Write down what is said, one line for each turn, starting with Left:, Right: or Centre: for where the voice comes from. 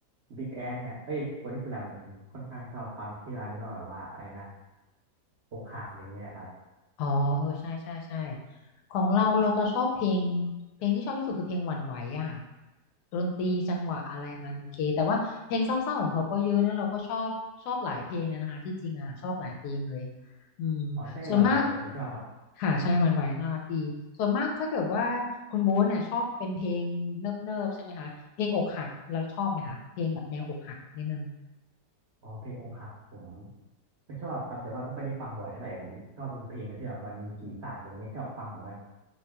Right: บิ๊กแอเนี่ยเอ้ยบอดี้สแลมเนี่ยผมค่อนข้างชอบความเชื่อไม่ก็แบบว่าอะไรนะอกหักอะไรเงี้ยครับ
Left: อ๋อเออใช่ใช่ใช่ของเราเราจะชอบเพลงเพลงที่ชอบที่สุดคือเพลงหวั่นไหวอะค่ะดนตรีจังหวะอะไรมันโอเคแต่ว่าเพลงเศร้าๆของเขาก็เยอะนะเราก็ชอบชอบหลายเพลงเลยนะคะที่จริงอะค่ะชอบหลายเพลงเลยอืมส่วนมาก
Right: อ๋อใช่หวันไหวผมก็ชอบครับ
Left: ค่ะใช่หวั่นไหวน่ารักดีส่วนมากถ้าเกิดว่าคุณโบ๊ทเนี่ยชอบเป็นเพลงเนิบๆใช่ไหมคะเพลงอกหักแล้วชอบไหมคะเพลงแบบแนวอกหักนิดนึง
Right: อ๋อเพลงอกหักผมก็ชอบครับแต่ว่าไม่ค่อยได้ฟังบ่อยเท่าไหร่ผมชอบดูเพลงที่แบบมันมีสีสันอะไรเงี้ยชอบฟังแบบว่า